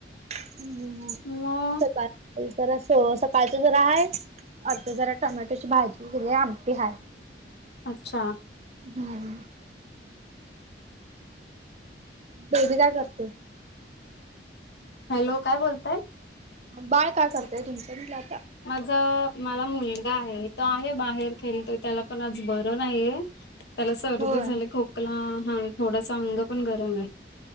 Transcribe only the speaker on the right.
हम् हम
सकाळ जरास सकाळच जरा हाय आता जरा टोमॅटोची भाजी केल्या आमटी हाय
हम्म बबी काय करते
बाळ काय करतंय तुमचं म्हंटलं आता
होय